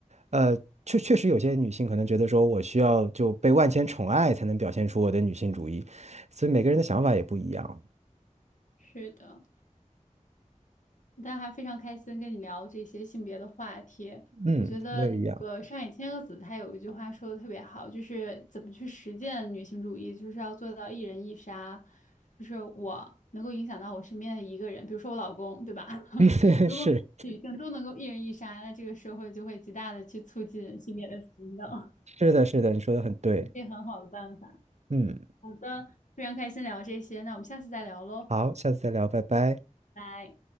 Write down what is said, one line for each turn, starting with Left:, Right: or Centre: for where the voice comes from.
Right: 呃，确确实有些女性可能觉得说我需要就被万千宠爱才能表现出我的女性主义，所以每个人的想法也不一样。
Left: 是的。大家还非常开心跟你聊这些性别的话题。
Right: 嗯，
Left: 我觉得嗯那个上野千鹤子她有一句话说的特别好，
Right: 我也
Left: 就是怎么去实践女性主义，就是要做到一人一杀，就是我能够影响到我身边的一个人，比如说我老公，对吧？<laughs>
Right: <laughs>
Left: 如果女性都能够一人一杀，
Right: 是
Left: 那这个社会就会极大的去促进性别的平等，
Right: 是的，是的，你说的很对。
Left: <laughs> 这很好的办法。
Right: 嗯，
Left: 好的，非常开心聊这些，那我们下次再聊喽，
Right: 好，下次再聊，拜拜。
Left: 拜。